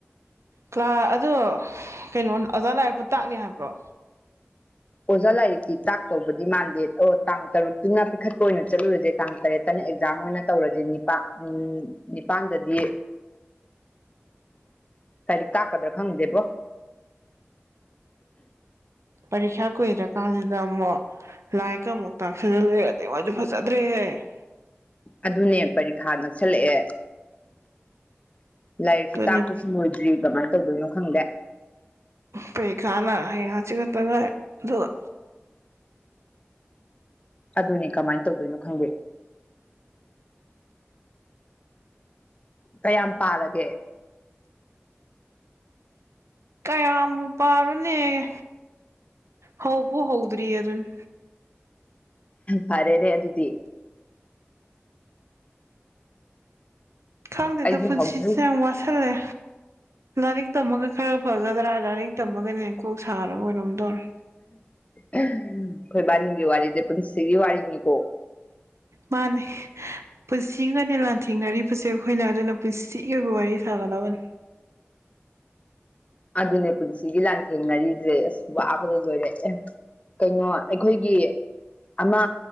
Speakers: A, on the right (about 85°); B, on the left (about 30°).
A: ꯀ꯭ꯂꯥ ꯑꯗꯣ ꯀꯩꯅꯣ ꯑꯣꯖꯥ ꯂꯥꯏꯔꯤꯛꯄꯨ ꯇꯥꯛꯅꯤ ꯍꯥꯏꯕ꯭ꯔꯣ
B: ꯑꯣꯖꯥ ꯂꯥꯏꯔꯤꯛꯇꯤ ꯇꯥꯛꯇꯧꯕꯗꯤ ꯃꯥꯟꯗꯦ ꯗꯣ ꯇꯥꯡ ꯇꯔꯨꯛꯇꯨꯅ ꯄꯤꯈꯠꯄ ꯑꯣꯏꯅ ꯆꯠꯂꯨꯔꯁꯦ ꯇꯥꯡ ꯇꯔꯦꯠꯇꯅ ꯑꯦꯛꯖꯥꯝ ꯑꯣꯏꯅ ꯇꯧꯔꯗꯤ ꯅꯤꯄꯥꯛ ꯎꯝ ꯅꯤꯄꯥꯥꯟꯗꯗꯤ ꯂꯥꯏꯔꯤꯛ ꯇꯥꯛꯀꯗ꯭ꯔꯥ ꯈꯪꯗꯦꯕꯣ
A: ꯄꯔꯤꯈ꯭ꯌꯥ ꯀꯨꯏꯗ꯭ꯔꯥ ꯀꯥꯟꯁꯤꯗ ꯑꯃꯨꯛ ꯂꯥꯏꯔꯤꯛꯀꯥ ꯑꯃꯨꯛ ꯇꯥꯛꯁꯤꯜꯂ ꯂꯩꯔꯗꯤ ꯃꯣꯏꯁꯨ ꯐꯖꯗ꯭ꯔꯦꯍꯦ ꯇ <inaudible>
B: ꯑꯗꯨꯅꯦ ꯄꯔꯤꯈꯥ ꯅꯛꯁꯜꯂꯛꯑꯦ ꯂꯥꯏꯔꯤꯛꯁꯨ
A: ꯑꯗꯨꯅꯤ
B: ꯇꯥꯛꯄꯁꯨꯂꯣꯏꯗ꯭ꯔꯤ ꯀꯃꯥꯏ ꯇꯧꯗꯣꯏꯅꯣ ꯈꯪꯗꯦ
A: ꯄꯔꯤꯈ꯭ꯌꯥꯅ ꯍꯌꯦꯡ ꯍꯡꯆꯤꯠ ꯈꯛꯇ ꯉꯥꯏꯔꯦ ꯑꯗꯨꯒ
B: ꯑꯗꯨꯅꯦ ꯀꯃꯥꯏ ꯇꯧꯗꯣꯏꯅꯣ ꯈꯪꯒꯦ ꯀꯌꯥꯝ ꯄꯥꯔꯒꯦ
A: ꯀꯌꯥꯝꯕꯨ ꯄꯥꯔꯨꯅꯦꯒꯦ ꯍꯧꯕꯨ ꯍꯧꯗ꯭ꯔꯤ ꯑꯗꯨꯅꯤ
B: ꯐꯔꯦꯅꯦ ꯑꯗꯨꯗꯤ
A: ꯈꯪꯗꯦꯗ
B: ꯑꯩꯁꯨ
A: ꯄꯨꯟꯁꯤꯁꯦ
B: ꯍꯧꯗ꯭ꯔꯤ
A: ꯌꯥꯝ ꯋꯥꯁꯜꯂꯦ ꯂꯥꯏꯔꯤꯛ ꯇꯝꯃꯒ ꯈꯔ ꯐꯒꯗ꯭ꯔꯥ ꯍꯥꯏꯔꯒ ꯂꯥꯏꯔꯤꯛ ꯇꯝꯃꯒꯅ ꯍꯦꯟꯅ ꯀꯣꯛ ꯁꯥꯔꯕ ꯀꯩꯅꯣꯝ ꯇꯧꯔꯦ
B: ꯑꯩꯈꯣꯏꯕꯥꯏꯅꯤꯒꯤ ꯋꯥꯔꯤꯁꯦ ꯄꯨꯟꯁꯤꯒꯤ ꯋꯥꯔꯤꯅꯤꯀꯣ
A: ꯃꯥꯅꯦ ꯄꯨꯟꯁꯤꯒꯅꯦ ꯂꯥꯟꯊꯦꯡꯅꯔꯤꯕꯁꯦ ꯑꯩꯈꯣꯏꯅ ꯑꯗꯨꯅ ꯄꯨꯁꯤꯒꯤ ꯑꯣꯏꯕ ꯋꯥꯔꯤ ꯁꯥꯒꯗꯕꯅꯤ
B: ꯑꯗꯨꯅꯦ ꯄꯨꯟꯁꯤꯒꯤ ꯂꯥꯟꯊꯦꯡꯅꯔꯤꯁꯦ ꯑꯁ ꯋꯥꯕꯗ ꯂꯣꯏꯔꯦꯍꯦ ꯀꯩꯅꯣ ꯑꯩꯈꯣꯏꯒꯤ ꯑꯃꯥ